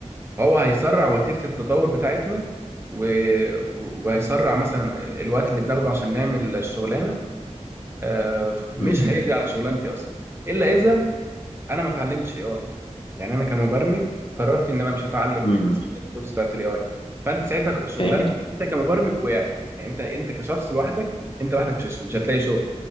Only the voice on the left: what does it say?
امم
امم
فهمت